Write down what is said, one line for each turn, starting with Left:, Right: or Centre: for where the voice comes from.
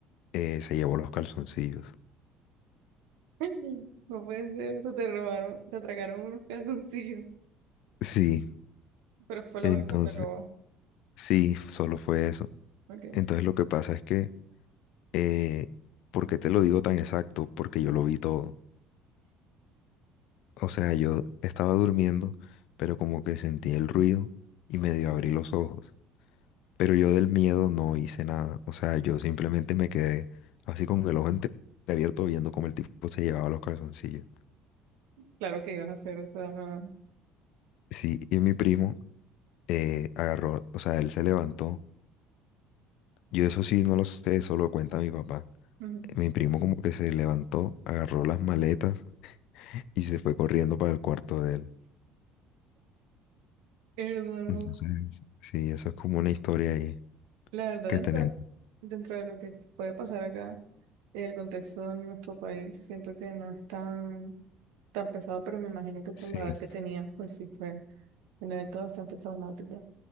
Left: eh, se llevó los calzoncillos.
Right: <laughs> No puede ser, o sea, te robaron, te atracaron unos calzoncillos,
Left: Sí,
Right: pero fue lo
Left: entonces,
Right: único que te robó.
Left: sí, solo fue eso.
Right: Ok.
Left: Entonces lo que pasa es que, eh, ¿por qué te lo digo tan exacto? Porque yo lo vi todo. O sea, yo estaba durmiendo, pero como que sentí el ruido y medio abrí los ojos. Pero yo del miedo no hice nada. O sea, yo simplemente me quedé así con el ojo entreabierto viendo cómo el tipo se llevaba los calzoncillos.
Right: Claro que ibas a hacer, o sea,
Left: Sí, y mi primo eh, agarró, o sea, él se levantó. Yo eso sí no lo sé, eso lo cuenta mi papá.
Right: ujú.
Left: Mi primo como que se levantó, agarró las maletas y se fue corriendo para el cuarto de él.
Right: Hermano,
Left: Entonces, sí, eso es como una historia ahí
Right: la verdad,
Left: que
Right: dentro,
Left: tenemos.
Right: dentro de lo que puede pasar acá, en el contexto de nuestro país, siento que no es tan, tan pesado, pero me imagino que por
Left: Sí,
Right: la edad que tenía, pues sí fue un evento bastante traumático.